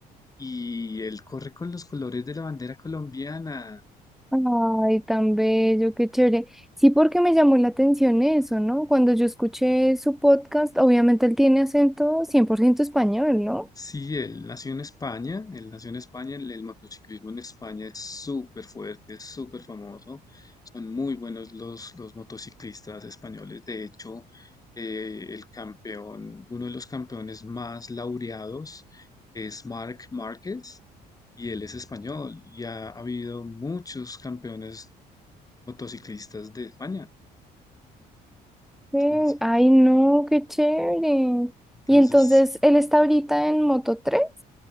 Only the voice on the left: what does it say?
y él corre con los colores de la bandera colombiana.
Sí, él nació en España, él nació en España, el, el motociclismo en España es súper fuerte, es súper famoso, son muy buenos los, los motociclistas españoles, de hecho, eh, el campeón, uno de los campeones más laureados es Marc Márquez y él es español y ha, habido muchos campeones motociclistas de España,
entonces
entonces,